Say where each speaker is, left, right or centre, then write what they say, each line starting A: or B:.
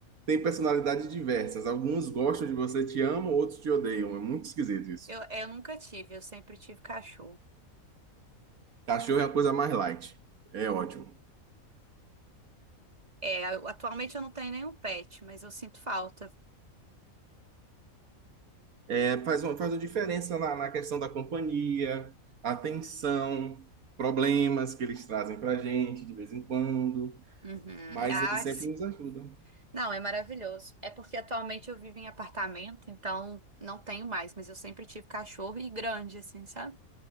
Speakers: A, on the right; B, on the right.
A: têm personalidades diversas. Alguns gostam de você, te amam, outros te odeiam. É muito esquisito isso.
B: Eu, eu nunca tive, eu sempre tive cachorro.
A: Cachorro é a coisa mais light. É ótimo.
B: É, eu- atualmente eu não tenho nenhum pet, mas eu sinto falta.
A: É, faz uma, faz uma diferença na, na questão da companhia, atenção, problemas que eles trazem para gente de vez em quando,
B: Uhum.
A: mas
B: Ah,
A: eles sempre
B: sim.
A: nos ajudam.
B: Não, é maravilhoso. É porque atualmente eu vivo em apartamento, então não tenho mais, mas eu sempre tive cachorro e grande, assim, sabe?